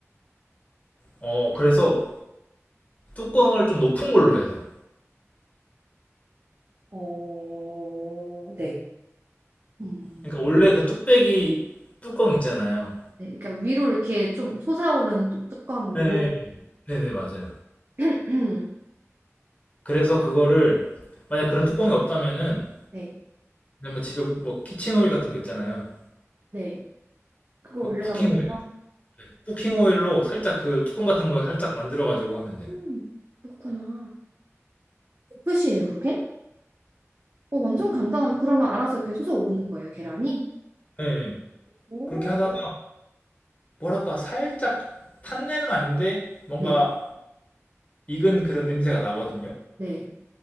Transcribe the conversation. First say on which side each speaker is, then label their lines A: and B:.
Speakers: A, on the left (about 30°); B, on the right (about 55°).
A: 어, 그래서 뚜껑을 좀 높은 걸로 해야 돼요.
B: 어, 네. 음,
A: 그러니까 원래 그 뚝배기 뚜껑 있잖아요.
B: 네. 그러니까 위로 이렇게 좀 솟아오른 뚜- 뚜껑으로.
A: 네, 네네, 맞아요.
B: <clears throat>
A: 그래서 그거를 만약 그런 뚜껑이 없다면은
B: 네,
A: 그냥 뭐 집에 뭐 키친 오일 같은 거 있잖아요.
B: 네. 그거
A: 어,
B: 올려놔도
A: 쿠킹
B: 돼요?
A: 오일, 쿠킹 오일로 살짝 그 뚜껑 같은 거 살짝 만들어 가지고 하면 돼요.
B: 음, 그렇구나. 끝이에요, 그게? 어, 완전 간단하게. 그러면 알아서 이렇게 솟아오르는 거예요, 계란이?
A: 예, 예. 예.
B: 오,
A: 그렇게 하다가 뭐랄까 살짝 탄내는 아닌데 뭔가
B: 네.
A: 익은 그런 냄새가 나거든요.
B: 네.